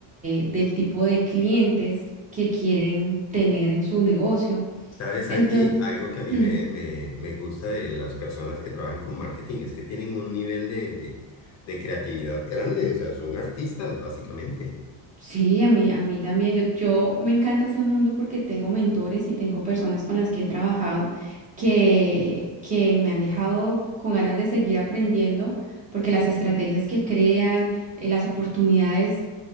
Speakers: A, on the right; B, on the left.
A: de- del tipo de clientes que quieren tener en su negocio.
B: Sabes,
A: Entonces,
B: Angie, algo que a mí
A: mm,
B: me, me, me gusta de las personas que trabajan con marketing es que tienen un nivel de, de, de creatividad grande, o sea, son artistas, básicamente.
A: sí, a mí, a mí también, yo, yo me encanta ese mundo porque tengo mentores y tengo personas con las que he trabajado que, que me han dejado con ganas de seguir aprendiendo porque las estrategias que crean, eh, las oportunidades